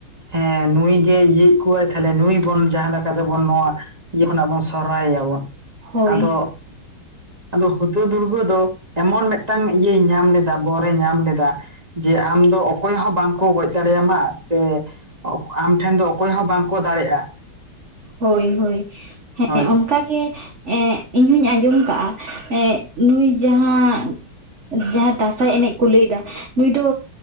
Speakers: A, on the right; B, on the right.
A: ᱦᱮᱸ ᱱᱩᱭ ᱜᱮ ᱤᱭᱟᱹᱮᱫ ᱠᱚᱣᱟᱭ ᱛᱟᱦᱞᱮ ᱱᱩᱭ ᱵᱚᱱ ᱡᱟᱦᱟᱸ ᱞᱮᱠᱟ ᱛᱮᱵᱚᱱ ᱱᱚᱣᱟ ᱤᱭᱟᱹ ᱠᱷᱚᱱᱟᱜ ᱵᱚᱱ ᱥᱚᱨᱟᱣ ᱮᱭᱟ ᱵᱚᱱ
B: ᱦᱳᱭ
A: ᱟᱫᱚ ᱟᱫᱚ ᱦᱩᱫᱩᱲ ᱫᱩᱨᱜᱟᱹ ᱫᱚ ᱮᱢᱚᱱ ᱢᱤᱫᱴᱟᱝ ᱤᱭᱟᱹᱭ ᱧᱟᱢ ᱞᱮᱫᱟ ᱵᱚᱨᱮ ᱧᱟᱢ ᱞᱮᱫᱟ ᱾ ᱡᱮ ᱟᱢ ᱫᱚ ᱚᱠᱚᱭ ᱦᱚᱸ ᱵᱟᱝᱠᱚ ᱜᱚᱡ ᱫᱟᱲᱮᱭᱟᱢᱟ ᱥᱮ ᱟᱢᱴᱷᱮᱱ ᱫᱚ ᱚᱠᱚᱭ ᱦᱚᱸ ᱵᱟᱝᱠᱚ ᱫᱟᱲᱮᱼᱟ᱾
B: ᱦᱳᱭ ᱦᱳᱭ ᱦᱮᱸ
A: ᱦᱳᱭ
B: ᱚᱱᱠᱟ ᱜᱮ ᱮᱸᱼᱼ ᱤᱧ ᱦᱚᱧ ᱟᱸᱡᱚᱢᱠᱟᱼᱟ ᱮᱸ ᱱᱩᱭ ᱡᱟᱦᱟᱸᱼᱼ ᱡᱟᱦᱟᱸ ᱫᱟᱸᱥᱟᱭ ᱮᱱᱮᱡ ᱠᱚ ᱞᱮᱹᱭᱫᱟ ᱱᱩᱭ ᱫᱚᱼᱼ